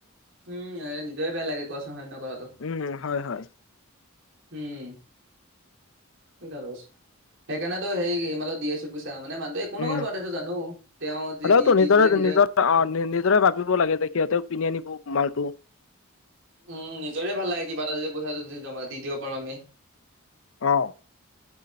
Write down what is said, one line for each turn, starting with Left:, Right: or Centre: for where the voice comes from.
Right: উম, নিজৰে বেয়া লাগে কোৱাচোন হয় নহয় কথাটো?
Left: উম উম হয় হয়।
Right: হুম। <unintelligible> সেইকাৰণেতো হেৰি এই মালত দি আছে পইছা মানে মানুহটো এই কোনো
Left: উম
Right: <unintelligible> জানো তেওঁ যে
Left: হ'লেওতো
Right: দি দিলে নিজৰে
Left: নিজৰ অ নিজৰে ভাবিব লাগে যে সিহঁতেও কিনি আনিব মালটো
Right: উম, নিজৰে ভাল লাগে কিবা এটা যদি পইচাটো দি দিব পাৰো আমি।
Left: অ।